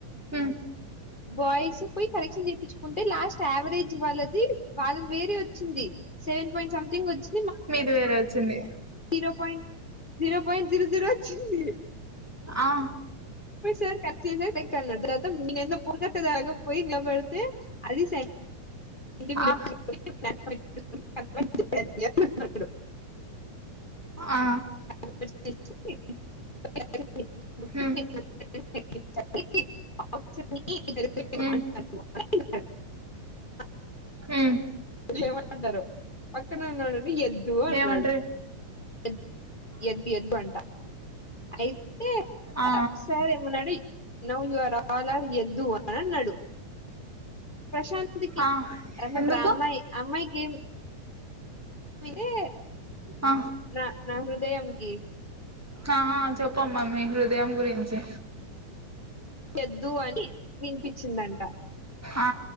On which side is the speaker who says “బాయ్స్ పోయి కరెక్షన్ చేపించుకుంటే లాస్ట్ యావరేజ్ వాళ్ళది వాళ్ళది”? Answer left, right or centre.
Left